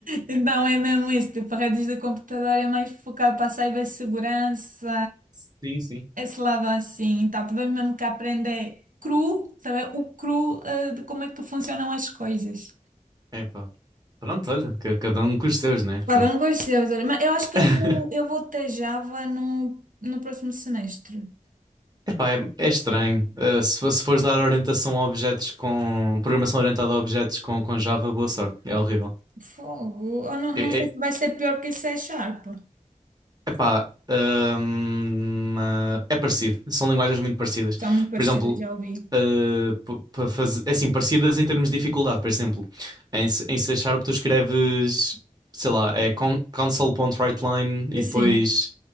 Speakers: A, on the right; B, on the right.
A: Então é mesmo isso, tipo, redes de computador é mais focado para a cibersegurança
B: Sim, sim.
A: esse lado assim, então tivemos mesmo que aprender cru, saber o cru eh, de como é que funcionam as coisas.
B: É pá. Pronto, olha, ca- cada um com os seus, né?
A: Cada
B: Pronto.
A: um com os seus, olha, mas eu acho que
B: <laughs>
A: eu vou, eu vou ter Java no, no próximo semestre.
B: Epá, é, é estranho. Ah, se, fo- se fores dar orientação a objetos com. Programação orientada a objetos com, com Java, boa sorte. É horrível.
A: Fogo, eu não,
B: É,
A: não sei
B: é,
A: se vai ser pior que C Sharp.
B: Epá, hum, ah, é parecido. São linguagens muito parecidas.
A: São muito parecidas,
B: Por exemplo,
A: já ouvi.
B: ah, p- para fazer, é assim, parecidas em termos de dificuldade. Por exemplo, em, C- em C Sharp tu escreves, sei lá, é con console.writeline
A: Mas
B: e depois,
A: Sim,